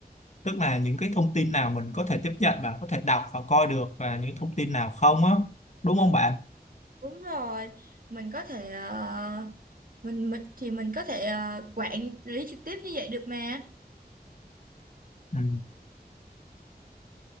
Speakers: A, on the left; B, on the right.
A: tức là những cái thông tin nào mình có thể tiếp nhận và có thể đọc và coi được và những thông tin nào không á đúng không bạn
B: đúng rồi mình có thể à, mình, mình thì mình có thể à, quản lý trực tiếp như vậy được mà
A: ừ,